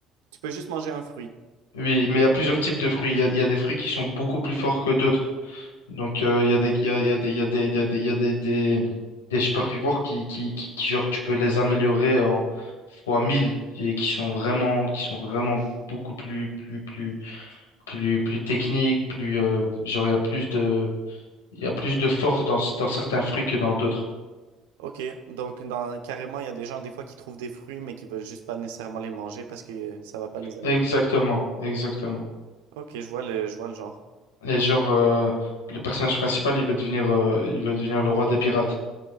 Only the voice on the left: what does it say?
Oui, mais il y a plusieurs types de fruits. Il y a, il y a des fruits qui sont beaucoup plus forts que d'autres. Donc, euh, il y a des, il y a, il y a des, il y a des, il y a des, il y a des, des, des superfivores qui, qui, qui, qui, genre, tu peux les améliorer en fois 1000 et qui sont vraiment, qui sont vraiment beaucoup plus, plus, plus plus plus technique, plus euh, genre il y a plus de il y a plus de force dans dans certains fruits que dans d'autres.
Exactement, exactement.
Et genre euh, le personnage principal, il veut devenir euh, il veut devenir le roi des pirates.